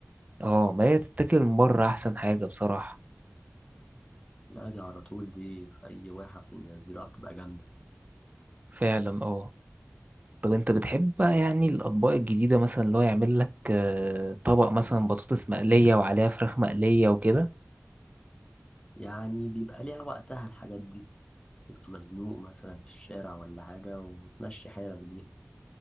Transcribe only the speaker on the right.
اه ما هي تتاكل من بره احسن حاجه بصراحه
فعلا اه طب انت بتحب بقى يعني الاطباق الجديده مثلا اللي هو يعمل لك آه، طبق مثلا بطاطس مقليه وعليها فراخ مقليه وكده